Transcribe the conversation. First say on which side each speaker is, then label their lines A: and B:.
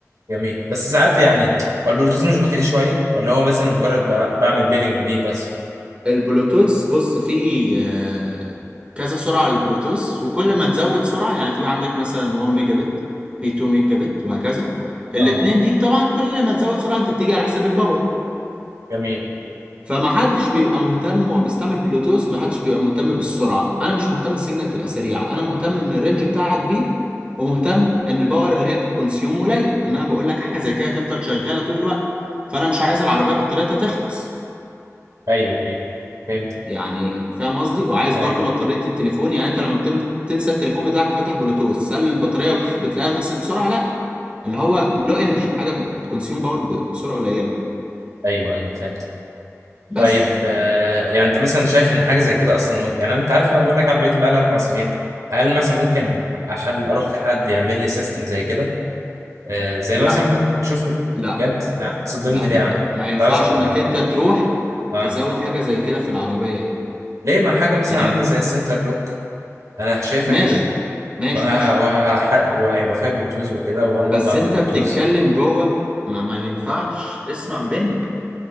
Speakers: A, on the right; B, on the right.
A: جميل بس ساعات يعني هو البلوتوث مش بطيء شوية ولا هو بس أنا مجرد ب- بعمل بيرنج بيه بس
B: فالبلوتوث بص فيه آه، كذا سرعة للبلوتوث وكل ما تزود سرعة يعني في عندك مثلا 1 ميجا بت في 2 ميجا بت وهكذا الاتنين
A: اه
B: دي طبعا كل ما تزود سرعة انت بتيجي على حساب الباور
A: جميل
B: فما حدش بيبقى مهتم هو بيستعمل بلوتوث ما حدش بيبقى مهتم بالسرعه انا مش مهتم السيجنال تبقى سريعه انا مهتم ان الرينج بتاعها كبير ومهتم ان الباور اللي هي بتكونسيوم قليل ان انا بقول لك حاجه زي كده تفضل شغاله طول الوقت فانا مش عايز العربيه بطاريتها تخلص
A: ايوه ايوه فهمت
B: يعني فاهم قصدي وعايز
A: ايوه
B: برضو بطاريه التليفون يعني انت لما بتم- تنسى التليفون بتاعك وفاتح بلوتوث هل البطاريه وف- بتلاقيها نقصت بسرعه لا ان هو لو انرجي حاجه بتكونسيوم باور ب- بسرعه قليله يعني.
A: ايوه ايوه فهمت
B: بس
A: طيب آه يعني انت مثلا شايف ان حاجه زي كده اصلا ممكن يعني انت عارف انا بقول لك عربيتي بقى لها اربع سنين هل مثلا ممكن اخل اروح لحد يعمل لي سيستم زي كده آه زي
B: لا
A: مثلا نشوف
B: لا
A: بجد يعني تصدمني
B: لا
A: ليه
B: لا
A: يا عم
B: لا ما ينفعش
A: انت عاوز ابقى
B: انك انت تروح
A: اه
B: تزود حاجة زي كده في العربية يعني
A: ليه ما حاجه مثلا
B: يعني
A: عامله زي السنتر لوك انا شايفها
B: ماشي
A: كده
B: ماشي
A: وه...
B: ماشي
A: وه... وهيبقى فيها بلوتوث وكده وانا برضه
B: بس
A: عندي
B: انت
A: بلوتوث
B: بتتكلم جوه ما ما ينفعش اسمع مني